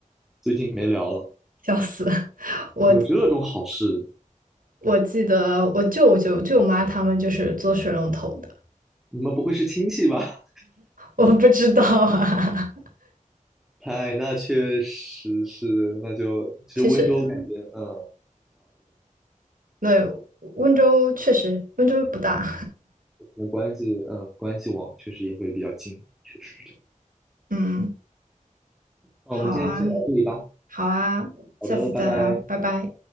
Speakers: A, in the centre; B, on the right.
A: 最近没聊了，
B: 笑死！<laughs> 我
A: 还有这种好事，
B: 我记得我舅舅舅妈他们就是做水龙头的，
A: 你们不会是亲戚吧？
B: 我不知道啊。
A: <laughs> 嗨，哎那确实是，那就其实温州感觉，
B: <laughs> 其实，
A: 嗯。
B: 对，温州确实温州不大。
A: 可能关系，嗯，关系网确实也会比较近，确实是这样。
B: <laughs> 嗯，
A: 那我们今天就先聊到这里吧。
B: 好啊，好啊，
A: 好的，
B: 下次再聊，
A: 拜拜。
B: 拜拜。